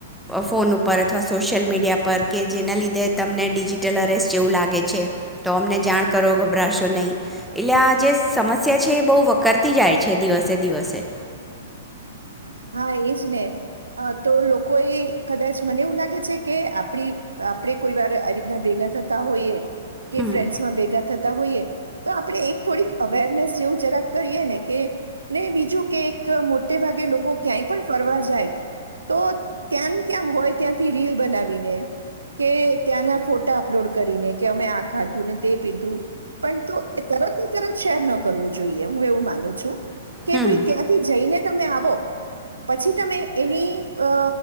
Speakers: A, in the centre; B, on the right.
A: ફોન ઉપર અથવા સોશિયલ મીડિયા પર કે જેના લીધે તમને ડિજિટલ અરેસ જેવું લાગે છે તો અમને જાણ કરો ગભરાશો નહીં એટલે આ જે સમસ્યા છે એ બહુ વકર તી જાય છે દિવસે દિવસે
B: હા એજ ને તો લોકો એ કદાચ મને એવું લાગે છે કે આપડી આપણે કોઈ વાર આવી રીતના ભેગા થતા હોઈએ કે
A: હમ
B: ફ્રેન્ડસ માં ભેગા થતા હોઈએ. તો આપણે એક થોડીક અવેરનેસ જેવું જરાક કરીએ ને કે ને બીજું કે એક મોટે ભાગે લોકો ક્યાંય પણ ફરવા જાય તો ત્યાં ને ત્યાં હોય ત્યાંથી રીલ બનાવીને કે ત્યાંના ફોટા અપલોડ કરીને કે અમે આ ખાધું ને તે પીધું પણ તો તરત ને તરત શેર ન કરવું જોઈએ હું એવું માનું છું. કે
A: હમ
B: ભાઈ ત્યાંથી જઈને તમે આવો. પછી તમે એની અ